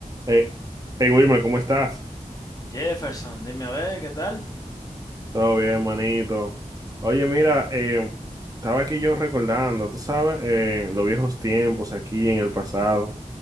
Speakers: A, on the right (about 25°); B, on the left (about 25°).
A: Eh, hey Wilmer, ¿cómo estás?
B: Jefferson, dime a ver, ¿qué tal?
A: Todo bien, manito. Oye, mira, eh, estaba aquí yo recordando, tú sabes, eh, los viejos tiempos aquí en el pasado,